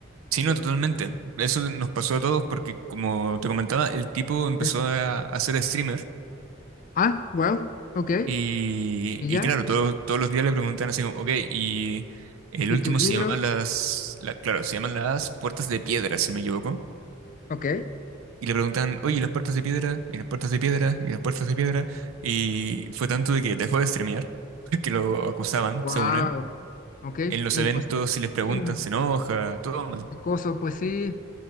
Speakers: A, on the right; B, on the left.
A: sí, no,
B: Eh,
A: totalmente. Eso nos pasó a todos porque, como te comentaba, el tipo empezó
B: eh,
A: a, hacer ser streamer
B: ah, wow, ok,
A: Y,
B: y
A: y
B: ya,
A: claro, todos, todos los días le preguntan así como, ok, y el
B: y
A: último
B: tu libro,
A: se llama las, la- claro, se llaman las puertas de piedra, si no me equivoco.
B: ok,
A: Y le preguntan, oye, ¿y las puertas de piedra, y las puertas de piedra, y las puertas de piedra. Y fue tanto de que dejó de streamear, <laughs> que lo acusaban,
B: wow,
A: según él.
B: ok,
A: En los
B: y
A: eventos,
B: pues
A: si les preguntan,
B: es un
A: se enoja, todo mal.
B: acoso, pues sí,